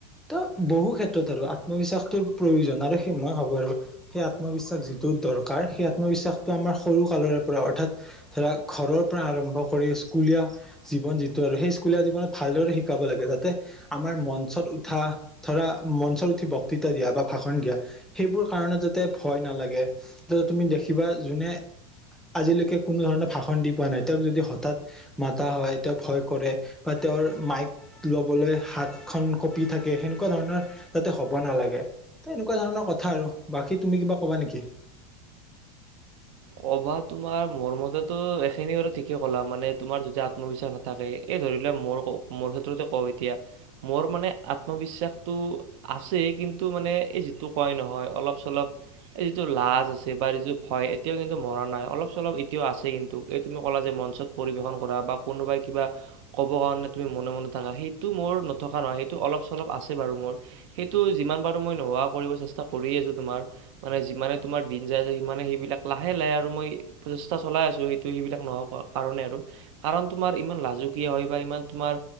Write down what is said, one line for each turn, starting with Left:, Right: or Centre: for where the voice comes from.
Centre: ত বহু ক্ষেত্ৰত আৰু আত্মবিশ্বাসটোৰ প্ৰয়োজন আৰু সেই মই ভাবো আৰু সেই আত্মবিশ্বাস যিটো যত দৰকাৰ সেই আত্মবিশ্বাস আমাৰ সৰু কালৰে পৰা অৰ্থাৎ ধৰা ঘৰৰ পৰা আৰম্ভ কৰি স্কুলীয়া জীৱন যিটো বাৰু সেই স্কুলিয়া জীৱনত ভাল শিকাব লাগে যাতে আমাৰ মঞ্চত উঠা ধৰা মঞ্চত উঠি বক্তৃতা দিয়া বা ভাষণ দিয়া সেইবোৰ কাৰণে যাতে ভয় নালাগে যাতে তুমি দেখিবা যোনে আজিলৈকে কোনো ধৰণৰ ভাষণ দি পোৱা নাই তেওঁক যদি হঠাৎ মাতা হয় তেওঁক ভয় কৰে বা তেওঁৰ মাইক লবলৈ হাত খন কপি থাকে সেনেকুৱা ধৰণৰ যাতে হ'ব নালাগে। এনেকুৱা ধৰণৰ কথা আৰু বাকী তুমি কিবা কবা নেকি?
Right: কবা তোমাৰ মোৰ মতেতো এইখিনি বাৰু ঠিকে ক'লা মানে তোমাৰ যদি আত্মবিশ্বাস নাথাকে। এই ধৰিলোৱা মো মোৰ ক্ষেত্ৰতে কওঁ এতিয়া মোৰ মানে আত্মবিশ্বাসটো আছে। কিন্তু মানে এই যিটো কয় নহয় অলপ চলপ এই যিটো লাজ আছে বা যটো ভয়। এতিয়াও কিন্তু মৰা নাই অলপ চলপ এতিয়াও আছেই কিন্তু এই তুমি নকলা যে মঞ্চত পৰিৱেশন কৰা বা কোনোবাই কিবা ক'ব কাৰণে তুমি মনে মনে থাকা। সেইটো মোৰ নথকা নহয় সেইটো অলপ চলপ আছে বাৰু মোৰ সেইটো যিমান পাৰো মই নোহোৱা কৰিব চেষ্টা কৰি আছো তোমাৰ মানে যিমানে তোমাৰ দিন যাই আছে সিমানে সেইবিলাক লাহে লাহে আৰু মই চেষ্টা চলাই আছোঁ সেইটো সেইবিলাক নহব কাৰণে আৰু কাৰণ তোমাৰ ইমান লাজু। দুতিয়ে হয় বা ইমান তোমাৰ